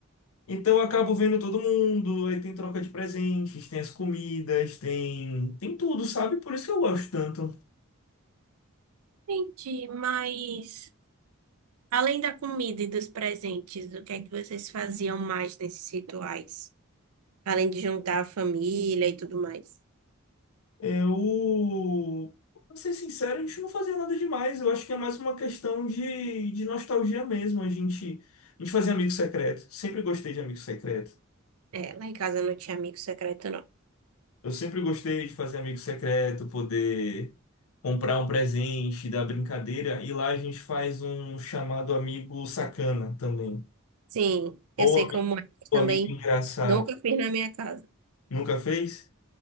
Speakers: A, on the left; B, on the right.
A: Então eu acabo vendo todo mundo, aí tem troca de presentes, tem as comidas, tem, tem tudo, sabe? Por isso que eu gosto tanto.
B: Entendi, mas além da comida e dos presentes, o que é que vocês faziam mais nesses rituais? Além de juntar a família e tudo mais.
A: Eu, pra ser sincero, a gente não fazia nada demais. Eu acho que é mais uma questão de, de nostalgia mesmo. A gente, a gente fazia amigo secreto. Sempre gostei de amigo secreto.
B: É, lá em casa não tinha amigo secreto, não.
A: Eu sempre gostei de fazer amigo secreto, poder comprar um presente, dar brincadeira. E lá a gente faz um chamado amigo sacana também.
B: Sim, eu
A: Ou
B: sei
A: ami-
B: como é, mas
A: ou
B: também
A: amigo engraçado.
B: nunca fiz na minha casa.
A: Nunca fez?